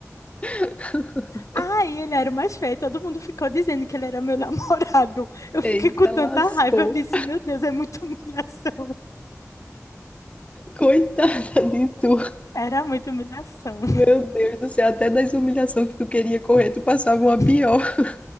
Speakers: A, on the left (about 20°); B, on the left (about 80°).
A: <laughs>
B: Aí ele era o mais feio, todo mundo ficou dizendo que ele era meu <laughs> namorado. Eu
A: Eita,
B: fiquei com tanta
A: lascou.
B: raiva, eu disse, meu Deus, é muita humilhação.
A: Coitada de tu.
B: Era muita humilhação.
A: Meu Deus do céu, até das humilhações que tu queria correr, tu passava uma
B: <laughs>
A: pior. <laughs>